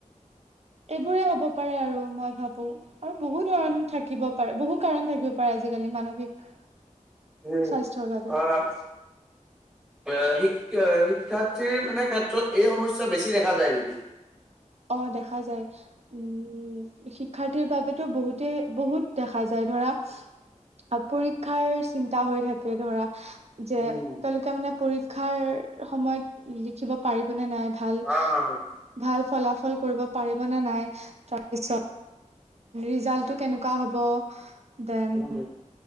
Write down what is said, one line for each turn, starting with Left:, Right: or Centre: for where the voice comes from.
Right: এইবোৰে হ'ব পাৰে আৰু মই ভাবো। আৰু বহু ধৰণ থাকিব পাৰে বহু কাৰণ থাকিব পাৰে আজিকালি মানসিক
Centre: উম
Right: স্বাস্থ্যৰ বাবে
Centre: হয় হয়। অ শিক শিক্ষাৰ্থীৰ মানে ক্ষেত্ৰত এই সমস্যা বেছি দেখা যায় নেকি?
Right: অ দেখা যায়। উম শিক্ষাৰ্থীৰ বাবেতো বহুতে বহুত দেখা যায় ধৰা। আ পৰীক্ষাৰ চিন্তা হৈ থাকে ধৰা। যে
Centre: উম, হুম।
Right: তেওঁলোকে মানে পৰীক্ষাৰ সময়ত লিখিব পাৰিবনে নাই? ভাল
Centre: অ', অ',
Right: ভাল ফলাফল কৰিব পাৰিবনে নাই। তাৰপিছত, - ৰিজাল্টটো কেনেকুৱা হ'ব? দেন-
Centre: উম,